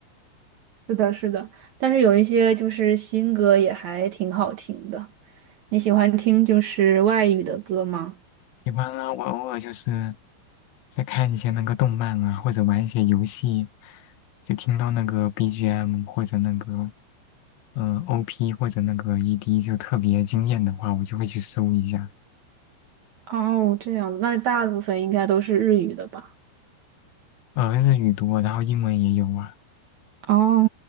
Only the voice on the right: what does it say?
是的，是的，但是有一些就是新歌也还挺好听的。你喜欢听就是外语的歌吗？
哦，这样，那大部分应该都是日语的吧？
哦，